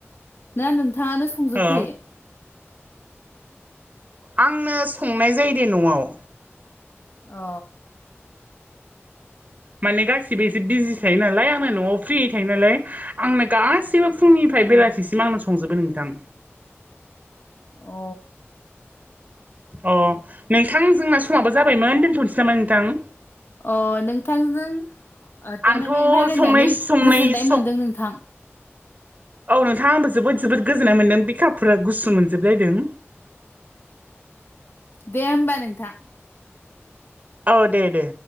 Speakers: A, on the left (about 55°); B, on the right (about 35°).
A: ना नोंथाङानो संजोब
B: औ
A: खायो
B: आंनो संनाय जायो दे न'आव
A: अ
B: माने गासिबो एसे बिजि थायो नालाय आंनो न'आव फ्रियै थायो नालाय आंनो गासिबो फुंनिफ्राय
A: उम
B: बेलासिसिम आंनो संजोबो नोंथां
A: अ
B: अ नोंथां जोंना समाबो जाबायमोन दोनथ'नोसै नामा नोंथां
A: अ नोंथांजों ओ टामाने
B: आंथ'
A: रायलायनानै
B: संनाय संनाय
A: गोजोननाय
B: सं
A: मोनदों नोंथां
B: औ नोंथां आंबो जोबोद जोबोद गोजोननाय मोन्दों बिखाफोरानो गुसु मोनजोब लायदों
A: दे होमबा नोंथां
B: औ दे दे